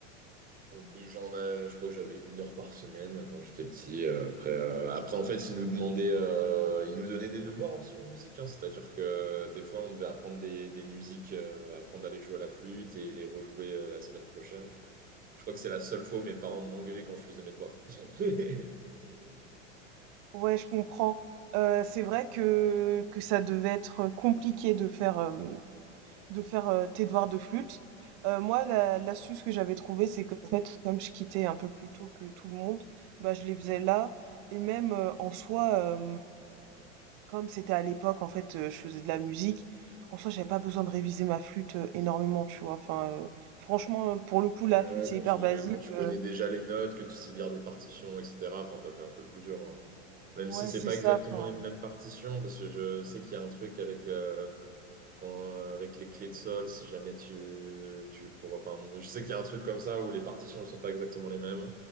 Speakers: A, on the right; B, on the right.
A: Euh, ben, j'en ai, je crois que j'avais une heure par semaine quand j'étais petit. euh, après, euh, après, en fait, ils nous demandaient, euh, ils nous donnaient des devoirs aussi en musique. hein. c'est-à-dire que euh, des fois, on devait apprendre des, des musiques, euh, apprendre à les jouer à la flûte et les rejouer euh, la semaine prochaine. Je crois que c'est la seule fois où mes parents m'engueulaient quand je faisais mes devoirs. <laughs>
B: Ouais, je comprends. Euh, c'est vrai que, que ça devait être compliqué de faire, euh, de faire euh, tes devoirs de flûte. Euh, moi, la- l'astuce que j'avais trouvée, c'est qu'en fait, comme je quittais un peu plus tôt que tout le monde, bah, je les faisais là. Et même euh, en soi, Comme c'était à l'époque, en fait, heu, je faisais de la musique, en soi, j'avais pas besoin de réviser ma flûte, heu, énormément, tu vois? Enfin, heu, franchement, pour le coup, la
A: Ouais,
B: flûte, c'est
A: quand
B: hyper
A: tu,
B: basique,
A: quand tu connais
B: heu
A: déjà les notes, que tu sais lire des partitions, etc. Enfin, t'as fait un peu le plus dur. hein. Même
B: ouais,
A: si c'est
B: c'est
A: pas
B: ça,
A: exactement
B: enfin
A: les mêmes partitions, parce que je sais qu'il y a un truc avec. euh, Quand, euh, avec les clés de sol, si jamais tu, tu pour, enfin, je sais qu'il y a un truc comme ça où les partitions ne sont pas exactement les mêmes.